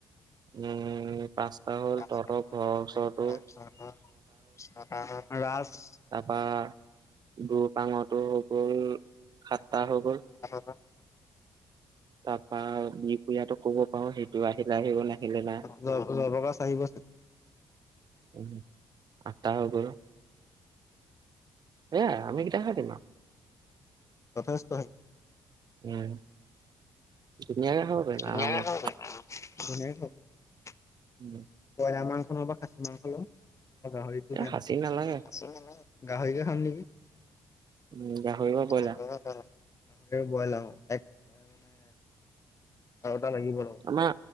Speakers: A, on the right; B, on the left.
A: উম উম। পাঁচটা হ'ল
B: পাঁচটা
A: তহঁতৰ
B: হ'ল
A: ঘৰৰ
B: তহঁতৰ
A: ওচৰতো
B: ঘৰৰ ওচৰটো ছয়টা হ'ল‌, ৰাজ
A: তাৰপৰা দুপাঙটো হৈ গ'ল সাতটা হৈ গ'ল।
B: <unintelligible>
A: তাৰপা বিহপুয়াতটো ক'ব পাৰো সেইটো আহিলে আহিব নাহিলে নাই।
B: জয় প্ৰকাশ আহিব চাগে
A: <unintelligible> তাৰ উপৰিও, এয়া আমি কিটাহে থাকিম আও।
B: যথেষ্ট
A: উম। <unintelligible> পাৰিম
B: ধুনিয়াকে
A: আৰামত।
B: খাব পাৰিম আৰামত‌, ধুনীয়াকে মোক
A: উম,
B: বয়লা মাংস <unintelligible> খাচী মাংস লম। অ' গাহৰিটো
A: এ
B: বেয়া
A: খাচী
B: নহয়,
A: নালাগে
B: গাহৰিকে খাম নেকি।
A: উম, গাহৰি বা
B: <unintelligible>
A: ব্ৰইলাৰ
B: বয়লা মাংস। এক মানে <unintelligible> লাগিব ৰ!
A: আমাৰ